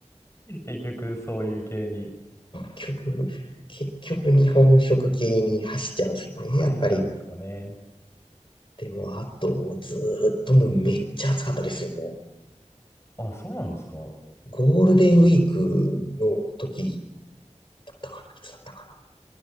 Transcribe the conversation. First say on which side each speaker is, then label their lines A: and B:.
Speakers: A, on the left; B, on the left.
A: 結局、そういう系に
B: 結局、結局日本食系に走っちゃうんですよね、
A: 走っちゃうんですかね。
B: やっぱり。でも、あと、ずーっともうめっちゃ暑かったですよ、も
A: あ、そうなんですか。
B: う。ゴールデンウィークの時だったかな、いつだったかな